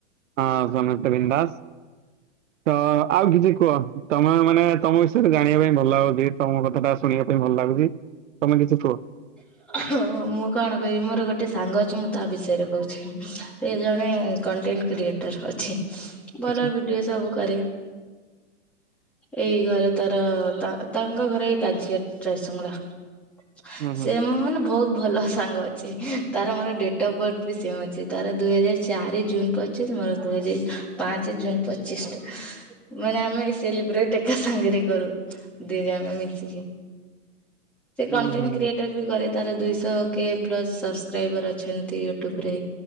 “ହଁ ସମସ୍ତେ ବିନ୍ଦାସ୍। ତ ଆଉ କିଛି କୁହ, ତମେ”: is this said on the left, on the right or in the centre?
Right